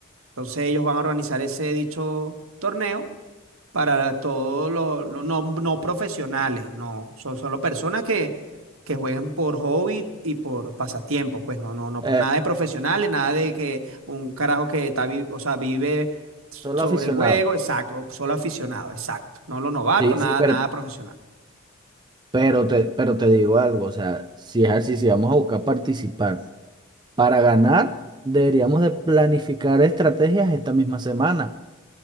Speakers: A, on the right; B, on the right.
A: Entonces ellos van a organizar ese dicho torneo para todos los, los no, no profesionales, no, son solo personas que, que jueguen por hobby y por pasatiempo, pues no, no, no,
B: Eh,
A: nada de profesionales, nada de que un carajo que está, vi- o sea, vive sobre
B: solo aficionado.
A: el juego, exacto, solo aficionado, exacto, no los novatos,
B: Sí,
A: nada,
B: sí, pero,
A: nada profesional.
B: pero te, pero te digo algo, o sea, si es así, si vamos a buscar participar para ganar, deberíamos de planificar estrategias esta misma semana.